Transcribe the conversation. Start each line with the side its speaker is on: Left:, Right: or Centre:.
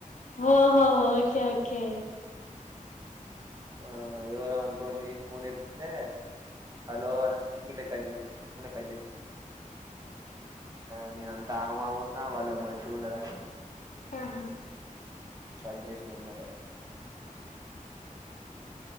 Left: ఓహో ఓకే ఓకే
Right: ఆ ఎవరొ అనుకొని నేన్ ఫోన్ ఎత్తితే హలో ఎంబటే కట్ చేసినా చిటుకున కట్ చేసిన కా నేను అంత ఆగం ఆగం ఉన్నా వాళ్ళేమో మంచిగున్నారని
Left: హ్మ్
Right: కట్ చేసిన ఎమ్మటే